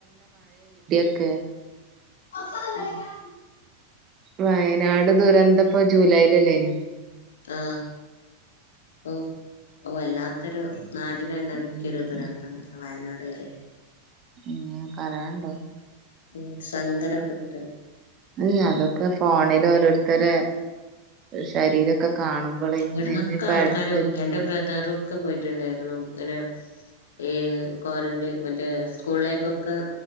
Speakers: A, on the right; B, on the left.
A: ക്കെ
B: <unintelligible>
A: വയനാട് ദുരന്തപ്പൊ ജൂലൈലല്ലേനു
B: ആ ഓ ഓ വല്ലാത്തൊരു നാടിനെ നടിക്കയൊരു
A: ഉം
B: ദുരന്തം അത് വയനാടുകാര്
A: ഏ പറയാനൊണ്ടോ
B: ഉം ശങ്കരപ്പട്ട്
A: അല്ല അതൊക്കെ ഫോണില് ഓരോരുത്തരെ ശരീരൊക്കെ കാണുമ്പോളേ
B: ഇവിടുന്നൊക്കെ
A: നെഞ്ഞ് പടഞ്ഞു
B: ആൾക്കാര് പോയി എന്റെ ബ്രദറും ഒക്കെ പോയിട്ടുണ്ടായിരുന്നു അങ്ങനെ ഈ ക്വാറന്റയിൻ മറ്റേ സ്കൂളിലേക്കൊക്കെ